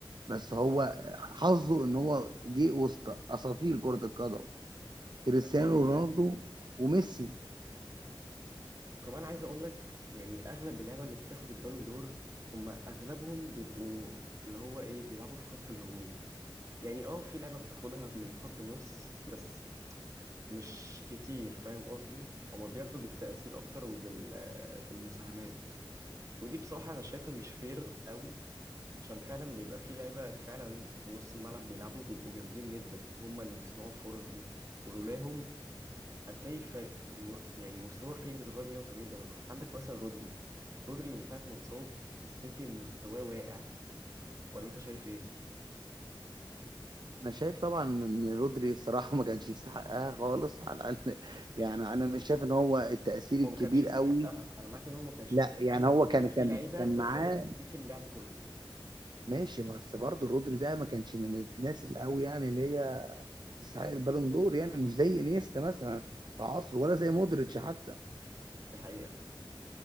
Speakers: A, on the right (about 55°); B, on the right (about 40°).
A: بس هو حظه ان هو جه وسط اساطير كرة القدم كريستيانو
B: ما دي حقيقة
A: رونالدو وميسي
B: وكمان عايز أقول لك يعني أغلب اللعبة اللي بتاخد البالون دور هم أغلبهم بيبقوا اللي هو إيه بيلعبوا في خط الهجوم يعني اه في لعبة بتاخدها من خط النص بس مش كتير فاهم قصدي هما بياخدوا بالتأثير أكتر وبالمساهمات ودي بصراحة أنا شايفها مش فير قوي عشان فعلا بيبقى في لعيبة فعلا في نص الملعب بيلعبوا بيبقوا جامدين جدا هما اللي بيصنعوا الفرص دي ولولاهم هتلاقي فرق الم- يعني مستوى الفريق بيتغير 180 درجة عندك مثلا رودري رودري من ساعة ما اتصاب السيتي مستواه واقع ولا أنت شايف إيه؟
A: انا شايف طبعا ان رودري الصراحه ما كانش يستحقها خالص <laughs> على الاقل يعني انا مش شايف ان هو التاثير الكبير
B: هو ما كانش يستحقها
A: قوي
B: أنا معاك إن هو ما كانش
A: لا
B: يستحقها
A: يعني هو
B: بس
A: كان
B: في
A: كان
B: لعيبة
A: كان
B: بتغير
A: معاه
B: تكتيك اللعب كله
A: ماشي بس برضه رودري ده ما كانش من الناس القوي يعني اللي هي تستحق البالون دور يعني مش زي انيستا مثلا في عصره ولا زي مودريتش حتى
B: دي حقيقة